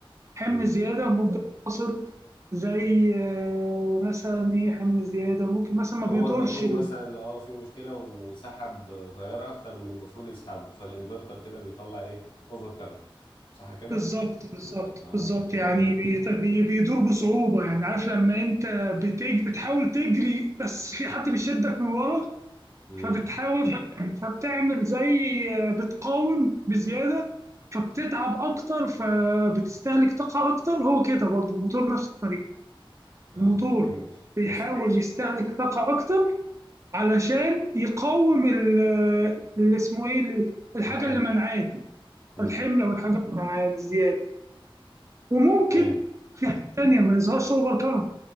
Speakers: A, on the right; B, on the left.
A: حمل
B: مم.
A: زياده ممكن توصل زي آه، مثلا ايه حمل زياده ممكن مثلا ما بيدورش
B: هو الموتور
A: ال-
B: مثلا لو اه فيه مشكلة وسحب تيار أكتر من المفروض يسحبه فالإنفرتر كده بيطلع إيه أوفر كارنت صح كده؟
A: بالظبط بالظبط
B: اه
A: بالظبط
B: تمام
A: يعني بيت- بي- بيدور بصعوبه يعني عارف لما انت بتج بتحاول تجري بس في حد بيشدك من ورا
B: امم
A: فبتحاول فبتعمل زي آه، بتقاوم بزياده فبتتعب اكتر فبتستهلك طاقه اكتر هو كده برضه الموتور نفس الطريقه
B: اه
A: الموتور
B: فهمت
A: بيحاول
B: وصل
A: يستهلك طاقه اكتر علشان يقاوم ال- آه، اللي اسمه ايه ال- الحاجه
B: الحمل
A: اللي منعاه
B: امم
A: الحمل او الحاجه اللي منعاه الزياده وممكن
B: حلو
A: في حاجه ثانيه ما يظهرش اوفر كارنت